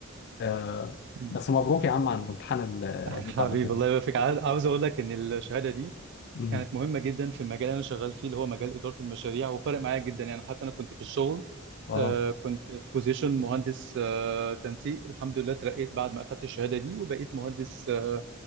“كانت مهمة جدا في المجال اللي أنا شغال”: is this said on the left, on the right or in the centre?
Right